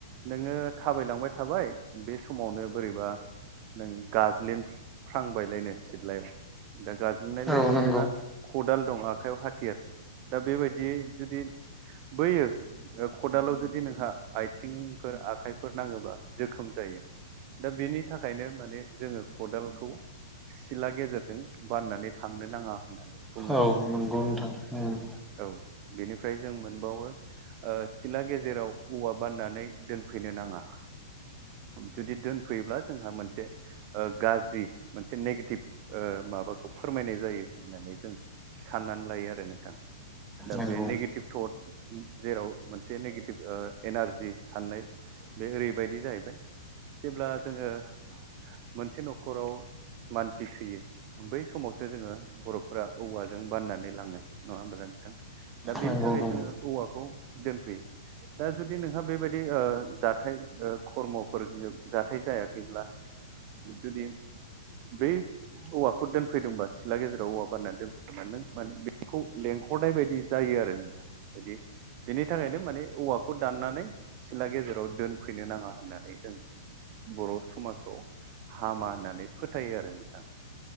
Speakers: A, on the right; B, in the centre.
A: नोङो थाबायलांबाय थाबाय बे समावनो बोरैबा नों गाजलिद फ्रांबायलायनो सिदलायाव दा गाज्ललिनाय लोगो
B: औ
A: लोगो
B: नंगौ
A: नोंहा खदाल दं आखाइयाव हाथियार दा बेबायदियै जुदि बैयो ओ खदालाव जुदि नोंहा आथिंफोर आखाइफोर नाङोबा जोखोम जायो। दा बेनि थाखायनो माने जोङो खदाल खौ सिला गेजेरजों बाननानै थांनो नाङा होननानै बुङो
B: औ
A: आरो नोंथां
B: नंगौ उम
A: औ बेनिफ्राय जों मोनबावो ओ सिला गेजेराव औवा बाननानै दोनफैनो नाङा जुदि दोनफैयोब्ला जोंहा मोनसे ओ गाज्रि मोनसे नेगेटिभ ओ माबाखौ फोरमायनाय जायो होननानै जों साननानै लायो आरो नोंथां दा
B: नंगौ
A: बे नेगेटिभ थट जेराव मोनसे नेगेटिभ ओ एनारजि साननाय बे ओरैबायदि जायैबाय जेब्ला जोङो मोनसे न'खराव मानसि थैयो बै समावसो जोङो बर'फोरा औवाजों बाननानै लाङो नङा होमबाल नोंथां दा बेनि
B: नंगौ
A: थाखाय
B: नंगौ
A: जोङो औवाखौ दोनफैयो दा जुदि नोंहा बेबायदि ओ जाथाय ओ खर्म'फोर जाथाय जायाखैब्ला जुदि बेै औवाखौ दोनफैदोंबा सिला गेजेराव औवा बारनानै दोनफैदोंमोना नों माने बेखौ लेंहरनाय बायदि जायो आरो नोंथा बेदि बेनि थाखायनो माने औवाखौ दाननानै सिला गेजेराव दोनफैनो नाङा होननानै जों बर' समाजाव हामा होननानै फोथायो आरो नोंथां